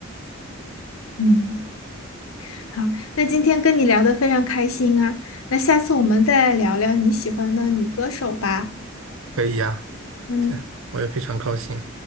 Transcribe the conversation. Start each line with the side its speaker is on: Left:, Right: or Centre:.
Left: 嗯，好，那今天跟你聊得非常开心啊，那下次我们再聊聊你喜欢的女歌手吧。
Right: 可以呀、
Left: 嗯。
Right: <laughs> 我也非常高兴。